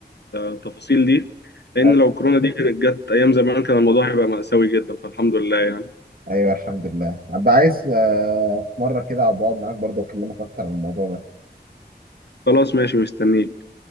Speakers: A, on the left; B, on the right.
A: التفاصيل دي لان
B: ايوه
A: لو كورونا دي كانت جت ايام زمان كان الموضوع هيبقى مأساوي جدا فالحمد لله يعني
B: أيوة، الحمد لله ابقى عايز آه، في مرة كده ابقى اقعد معاك برضه واكلمك اكتر عن الموضوع ده
A: خلاص ماشي مستنيك